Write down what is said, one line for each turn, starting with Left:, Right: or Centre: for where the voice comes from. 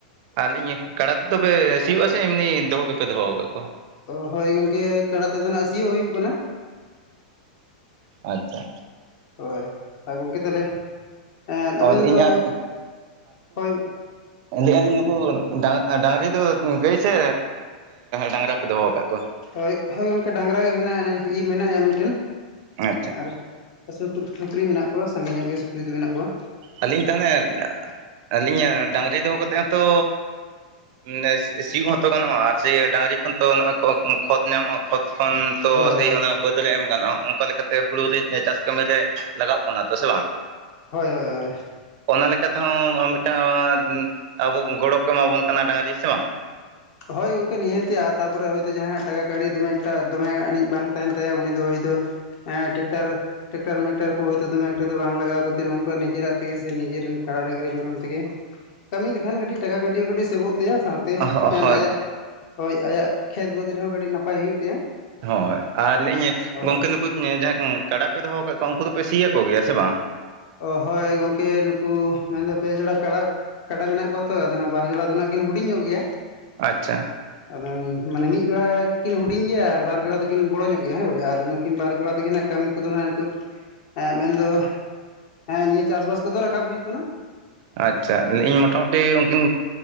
Right: ᱟᱨ ᱤᱧᱟᱜ ᱠᱟᱲᱟᱠ ᱛᱚᱵᱮ ᱥᱤᱭᱩᱜᱼᱟ ᱥᱮ ᱮᱢᱱᱤ ᱫᱚᱦᱚᱸ ᱜᱮᱯᱮ ᱫᱚᱦᱚ ᱟᱠᱟᱫ ᱠᱚᱣᱟ?
Left: ᱚ ᱦᱳᱭ ᱜᱚᱝᱠᱮ ᱠᱟᱲᱟ ᱛᱮᱫᱚ ᱱᱟᱜ ᱥᱤᱭᱚᱜ ᱦᱩᱭᱩᱜ ᱠᱟᱱᱟ᱾
Right: ᱟᱪᱪᱷᱟ,
Left: ᱦᱳᱭ ᱟᱨ ᱜᱚᱝᱠᱮ ᱛᱟᱦᱚᱞᱮ ᱮᱫ
Right: ᱚ
Left: ᱟᱵᱮᱱ ᱫᱚ
Right: ᱤᱧ ᱟᱨ
Left: ᱦᱳᱭ᱾
Right: ᱞᱟᱹᱭᱮᱜ-ᱟ ᱞᱤᱧ ᱱᱩᱠᱩ ᱰᱟᱝ ᱰᱟᱝᱨᱤ ᱫᱚ ᱜᱟᱹᱭ ᱥᱮ ᱰᱟᱝᱨᱟ ᱯᱮ ᱫᱚᱦᱚᱸ ᱟᱠᱟᱫ ᱠᱚᱣᱟ?
Left: ᱦᱳᱭ ᱦᱳᱭ ᱜᱚᱝᱠᱮ ᱰᱟᱝᱨᱟ ᱜᱮ ᱢᱮᱱᱟᱭᱟ ᱤᱭᱟᱹ ᱢᱮᱱᱟᱭᱟ ᱢᱤᱜᱴᱟᱹ
Right: ᱟᱪᱪᱷᱟ
Left: ᱟᱨ ᱥᱩᱠᱨᱤ ᱥᱩᱠᱨᱤ ᱢᱮᱱᱟᱜ ᱠᱚᱣᱟ ᱥᱟᱸᱜᱮ ᱧᱚᱜ ᱜᱮ ᱥᱩᱠᱨᱤ ᱫᱚ ᱢᱮᱱᱟᱜ ᱠᱚᱣᱟ᱾
Right: ᱟᱹᱞᱤᱧ ᱛᱟᱦᱚᱞᱮ ᱟᱹᱞᱤᱧᱟᱜ ᱰᱟᱝᱨᱤ ᱫᱚᱦᱚᱸ ᱠᱟᱛᱮᱜ ᱦᱚᱛᱚ ᱱᱮᱥ ᱤᱥᱤᱢ ᱦᱚᱸᱛᱚ ᱜᱟᱱᱚᱜᱼᱟ ᱟᱨ ᱥᱮ ᱰᱟᱝᱨᱤ ᱠᱷᱚᱱ ᱛᱚ ᱱᱚᱜᱚᱭ ᱠᱚ ᱠᱷᱚᱛ ᱧᱟᱢᱚᱜᱼᱟ ᱠᱷᱚᱛ ᱠᱷᱚᱱ ᱛᱚ
Left: ᱦᱳᱭ
Right: ᱥᱮᱭ
Left: ᱦᱳᱭ
Right: ᱚᱱᱟ ᱵᱟᱹᱫᱽ ᱨᱮ ᱮᱢ ᱜᱟᱱᱚᱜᱼᱟ ᱚᱱᱠᱟ ᱞᱮᱠᱟᱛᱮ ᱦᱩᱲᱩ ᱨᱮ ᱡᱮ ᱪᱟᱥ ᱠᱟᱹᱢᱤ ᱨᱮ ᱞᱟᱜᱟᱣ ᱠᱟᱱᱟ ᱛᱚ ᱥᱮ ᱵᱟᱝ?
Left: ᱦᱳᱭ ᱦᱳᱭ ᱦᱳᱭ᱾
Right: ᱚᱱᱟ ᱞᱮᱠᱟ ᱛᱮᱦᱚᱸ ᱢᱟᱹ ᱢᱤᱜᱴᱟᱝ ᱟᱵᱚ ᱜᱚᱲᱚ ᱠᱚ ᱮᱢᱟᱵᱚᱱ ᱠᱟᱱᱟ ᱰᱟᱝᱨᱤ ᱥᱮ ᱵᱟᱝ?
Left: ᱦᱳᱭ ᱜᱚᱝᱠᱮ ᱱᱤᱦᱟᱹᱛᱤ ᱟᱨ ᱛᱟᱯᱚᱨᱮ ᱦᱳᱭᱛᱚ ᱡᱟᱦᱟᱸᱭᱟᱜ ᱴᱟᱠᱟ ᱠᱟᱲᱤ ᱫᱚᱢᱮ ᱮᱠᱴᱟ ᱫᱚᱢᱮ ᱟᱹᱱᱤᱡ ᱵᱟᱝ ᱛᱟᱦᱮᱱ ᱛᱟᱭᱟ ᱩᱱᱤ ᱫᱚ ᱦᱳᱭᱛᱚ ᱦᱮᱸ ᱴᱮᱠᱴᱟᱨ ᱴᱮᱠᱴᱟᱨ ᱢᱮᱠᱴᱟᱨ ᱠᱚ ᱦᱚᱭᱛᱳ ᱫᱚᱢᱮ ᱮᱠᱴᱟ ᱫᱚ ᱵᱟᱝ ᱞᱟᱜᱟᱣ ᱠᱷᱟᱛᱤᱨ ᱱᱚᱝᱠᱟᱱ ᱱᱤᱡᱮᱨᱟᱜ ᱛᱤᱥᱮᱢ ᱤᱭᱟᱛ ᱨᱮ ᱦᱚᱸ ᱠᱟᱲᱟ ᱰᱟᱝᱨᱤ ᱢᱮᱨᱚᱢ ᱛᱮᱜᱮ ᱠᱟᱹᱢᱤ ᱞᱮᱠᱷᱟᱱ ᱠᱟᱹᱴᱤᱡ ᱴᱟᱠᱟ ᱜᱟᱹᱰᱤ ᱜᱟᱹᱰᱤ ᱥᱮᱵᱚᱜ ᱛᱟᱭᱟ ᱥᱟᱶᱛᱮ
Right: ᱦᱳᱭ
Left: ᱟᱭᱟᱜ ᱦᱳᱭ ᱟᱭᱟᱜ ᱠᱷᱮᱛ ᱵᱟᱹᱫᱽ ᱨᱮᱦᱚᱸ ᱠᱟᱹᱴᱤᱡ ᱱᱟᱯᱟᱭ ᱦᱩᱭᱩᱜ ᱛᱟᱭᱟ᱾
Right: ᱦᱳᱭ ᱟᱨ ᱞᱤᱭᱟᱹ
Left: ᱦᱳᱭ
Right: ᱜᱚᱝᱠᱮ ᱱᱩᱠᱩ ᱡᱟᱦᱟᱸᱭ ᱠᱟᱰᱟ ᱯᱮ ᱫᱚᱦᱚᱸᱣ ᱠᱟᱜ ᱠᱚᱣᱟ ᱩᱱᱠᱩ ᱫᱚᱯᱮ ᱥᱤ ᱭᱟᱠᱚ ᱜᱮᱭᱟ ᱥᱮ ᱵᱟᱝ?
Left: ᱚ ᱦᱳᱭ ᱜᱚᱝᱠᱮ ᱱᱩᱠᱩ ᱢᱮᱱᱫᱚ ᱯᱮ ᱡᱚᱲᱟ ᱠᱟᱲᱟ ᱠᱟᱰᱟ ᱢᱮᱱᱟᱜ ᱠᱚᱣᱟ ᱛᱚ ᱟᱫᱚ ᱱᱟ ᱵᱟᱨ ᱡᱚᱲᱟ ᱫᱚ ᱱᱟᱜ ᱠᱤᱱ ᱦᱩᱰᱤᱧ ᱧᱚᱜ ᱜᱮᱭᱟ᱾
Right: ᱟᱪᱪᱷᱟ
Left: ᱟᱫᱚ ᱢᱟᱱᱮ ᱢᱤᱜ ᱡᱚᱲᱟ ᱠᱤᱱ ᱦᱩᱰᱤᱧ ᱜᱮᱭᱟ ᱟᱨ ᱵᱟᱨ ᱡᱚᱲᱟ ᱫᱚᱠᱤᱱ ᱵᱚᱲᱚ ᱧᱚᱜ ᱜᱮᱭᱟ ᱦᱮᱸ ᱟᱫᱚ ᱱᱩᱠᱤᱱ ᱵᱟᱨ ᱡᱚᱲᱟ ᱛᱮᱜᱮ ᱱᱟᱜ ᱠᱟᱹᱢᱤ ᱠᱚᱫᱚ ᱱᱟᱦᱟᱸᱜ ᱱᱤᱛᱚᱜ ᱢᱮᱱᱫᱚ ᱦᱮᱸ ᱱᱤᱭᱟᱹ ᱪᱟᱥᱵᱟᱥ ᱠᱚᱫᱚ ᱨᱟᱠᱟᱵ ᱦᱩᱭᱩᱜ ᱠᱟᱱᱟ᱾
Right: ᱟᱪᱪᱷᱟ ᱤᱧ ᱢᱚᱴᱟ ᱢᱩᱴᱤ ᱩᱱᱠᱤᱱ